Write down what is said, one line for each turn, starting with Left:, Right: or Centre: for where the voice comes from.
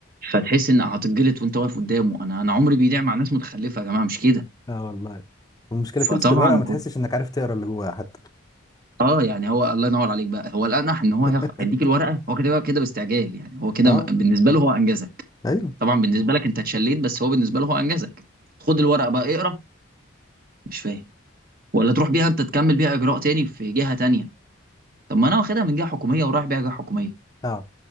Right: فتحس ان هتتجلط وانت واقف قدامه انا انا عمري بيضيع مع ناس متخلفه يا جماعه مش كده
Left: اه والله والمشكلة تمسك
Right: فطبعا
Left: الورقة ما تحسش انك عارف تقرا اللي جواها حتى
Right: آه، يعني هو الله ينوّر عليك بقى، هو الأنَح إن هو
Left: <laughs>
Right: هياخ هيدّيك الورقة، هو كاتبها كده باستعجال، يعني هو كده
Left: اه
Right: م بالنسبة له هو أنجزك،
Left: ايوه
Right: طبعًا بالنسبة لك أنت اتشلّيت، بس هو بالنسبة له هو أنجزك، خُد الورقة بقى اقرا، مش فاهم، والّا تروح بيها أنت تكمّل بيها إجراء تاني في جهة تانية، طَب ما أنا واخدها من جهة حكومية ورايح بيها جهة حكومية،
Left: اه